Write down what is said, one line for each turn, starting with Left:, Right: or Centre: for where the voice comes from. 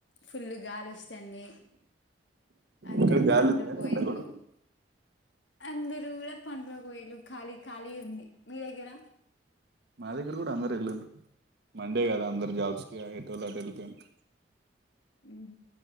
Left: ఫుల్ గాలి వస్తుంది అందరి
Right: ఇక్కడ గాలి
Left: పండ్ల
Right: ఉంది కానీ
Left: కోయిలు
Right: ఎండ కూడా
Left: అందరు కూడా పన్లకి పోయారు ఖాళీ ఖాళీ ఉంది మీ దగ్గర
Right: మాది అందరు వెళ్ళండి మండే కదా అందరు జాబ్స్ కి ఎటుదట వెళ్ళిపోయింది
Left: ఆ